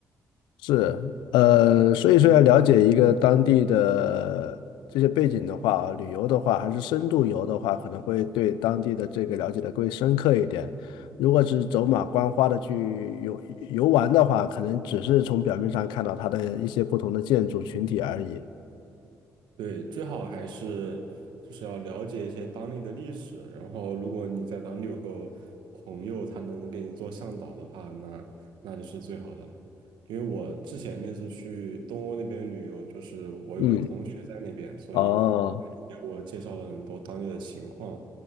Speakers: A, on the left (about 90°); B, on the right (about 80°).
A: 是，呃，所以说要了解一个当地的这些背景的话啊，旅游的话，还是深度游的话，可能会对当地的这个了解的更深刻一点。如果只是走马观花的去游游玩的话，可能只是从表面上看到它的一些不同的建筑群体而已。
B: 对，最好还是就是要了解一些当地的历史，然后如果你在当地有个朋友，他能给你做向导的话，那那就是最好的了。因为我之前那次去东欧那边旅游，就是我有个同学在那边，
A: 嗯，
B: 所以他就给我介绍了很多当地的情况，
A: 哦，